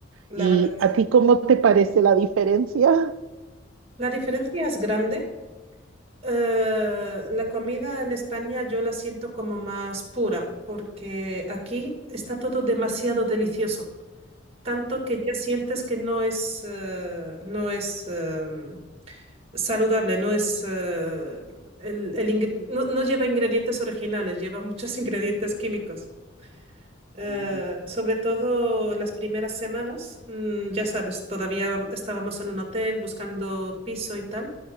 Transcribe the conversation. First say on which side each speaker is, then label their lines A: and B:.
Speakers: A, on the right (about 30°); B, on the right (about 80°).
A: La
B: ¿Y
A: verdad es
B: a
A: que
B: ti cómo te parece la diferencia?
A: la diferencia es grande. Eh, la comida en España yo la siento como más pura, porque aquí está todo demasiado delicioso, tanto que ya sientes que no es, eh, no es, eh, saludable, no es eh, el, el ingre- no, no lleva ingredientes originales, lleva muchos <laughs> ingredientes químicos. Eh,
B: Sí.
A: sobre todo las primeras semanas, mm, ya sabes, todavía estábamos en un hotel buscando piso y tal,